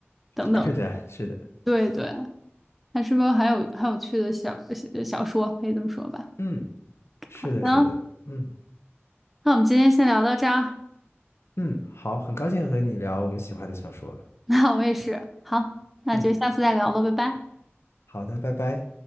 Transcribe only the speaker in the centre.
等等。
对对，它是不是很有很有趣的小小小说？可以这么说吧。
好的，
那我们今天先聊到这儿。
<laughs> 那我也是，好，那就下次再聊了，
拜拜。